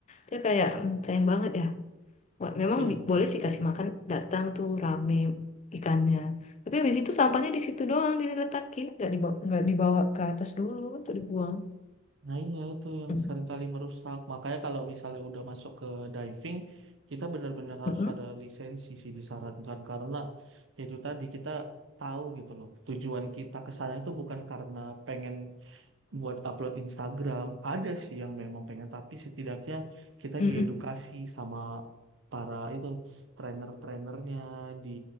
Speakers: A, on the left; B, on the right.
A: dia kayak mm, sayang banget ya. Wah, memang
B: Iya,
A: bi- boleh sih kasih makan datang tuh rame ikannya. Tapi habis itu sampahnya di situ doang diletakin, nggak dibawa nggak dibawa ke atas dulu atau dibuang.
B: nah iya itu yang
A: Mm,
B: seringkali merusak. Makanya kalau misalnya udah masuk ke diving, kita benar-benar harus
A: mm-mm,
B: ada lisensi sih disarankan karena itu tadi kita tahu gitu loh. Tujuan kita ke sana itu bukan karena pengen buat upload Instagram. Ada sih yang memang pengen, tapi setidaknya kita
A: mm-mm,
B: diedukasi sama para itu trainer-trainernya di